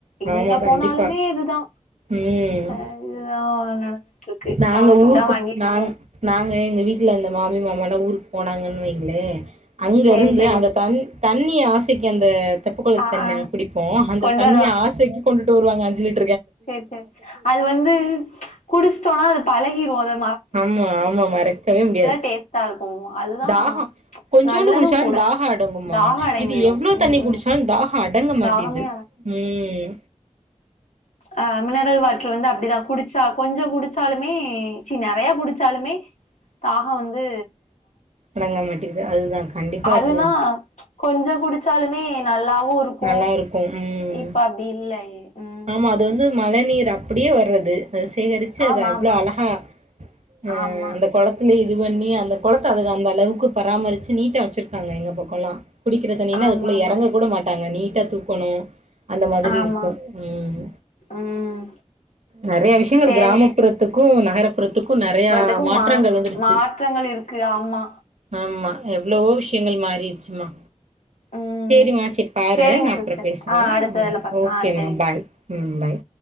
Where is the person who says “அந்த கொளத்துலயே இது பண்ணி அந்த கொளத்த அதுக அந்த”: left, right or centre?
Right